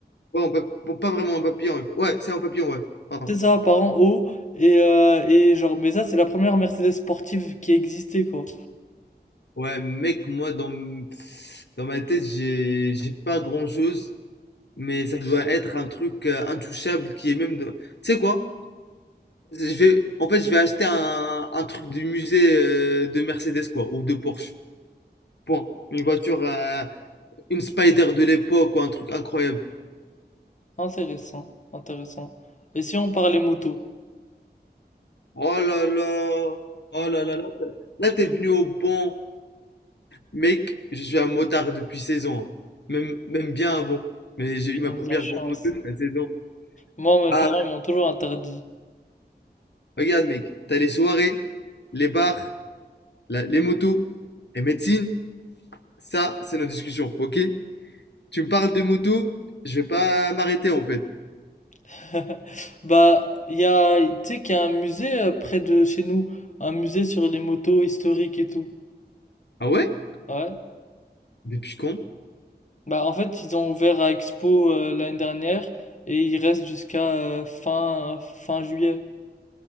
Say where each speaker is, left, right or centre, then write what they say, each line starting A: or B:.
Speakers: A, on the left; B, on the left.
A: Ouais, on peut, bon, pas vraiment un papillon. Ouais, c'est un papillon, ouais. Pardon.
B: c'est ça, par en haut. Et, euh, et genre, mais ça, c'est la première Mercedes sportive qui existait, quoi.
A: Ouais, mec, moi, dans, m- dans ma tête, j'ai j'ai pas grand-chose. Mais ça doit être un truc euh, intouchable qui est même. de- Tu sais quoi? Je vais, en fait, je vais acheter un, un truc du musée euh, de Mercedes, quoi. Ou de Porsche. Point. Une voiture. euh, Une Spider de l'époque ou un truc incroyable.
B: Intéressant, intéressant. Et si on parlait moto?
A: Oh là là! Oh là là là! Là, t'es venu au bon. Mec, je suis un motard depuis 16 ans. hein. Même, même bien avant. Mais j'ai
B: Putain,
A: eu ma première
B: de la chance.
A: grande moto à 16 ans.
B: Moi, mes
A: Ah,
B: parents, ils m'ont toujours interdit.
A: regarde, mec. T'as les soirées, les bars, la- les motos et médecine. Ça, c'est notre discussion, ok? Tu me parles des motos, je vais pas m'arrêter en fait.
B: <laughs> Bah, il y a, tu sais qu'il y a un musée euh, près de chez nous, un musée sur les motos historiques et tout.
A: Ah ouais?
B: Ouais.
A: Depuis quand?
B: Bah, en fait, ils ont ouvert à Expo euh, l'année dernière et il reste jusqu'à euh, fin, fin juillet.